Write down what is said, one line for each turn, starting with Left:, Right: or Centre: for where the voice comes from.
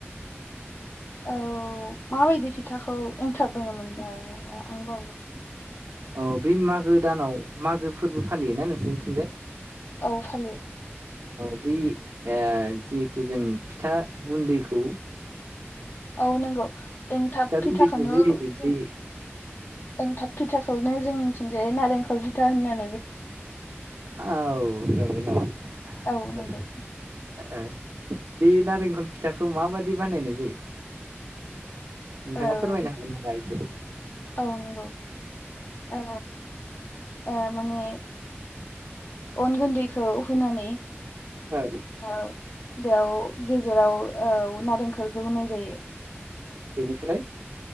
Left: औ माबायदि फिथाखौ एन्थाब होनोमोन दा आं बाव
Right: औ बै मागो दानाव मागो फोरबो फालियोना नोंसोरनिथिंजाय
Left: औ फानलियो
Right: अ बे ओ जिहेथु जों फिथा गुन्दैखौ
Left: औ नंगौ एंथाब
Right: फिथा
Left: फिथाखौनो
Right: गुन्दैखौ जि जि
Left: जों एंथाब फिथा फिथाखौनो जोंनिथिंनजाय नारेंखल फिथा होनो आरो।
Right: औ नंगौ नामा
Left: औ नंगौ
Right: ओ ओ बे नारेंखल फिथाखौ माबायि बानायनाय जायो नोंथाङा
Left: औ
Right: फोरमायनो हागोन नामा एसे।
Left: औ नंगौ औ आ माने अन गुन्दैखौ हुानानै
Right: औ
Left: बेयाव गेजेराव आव नारेंखखौ होनाय जायो
Right: बेनिफ्राय?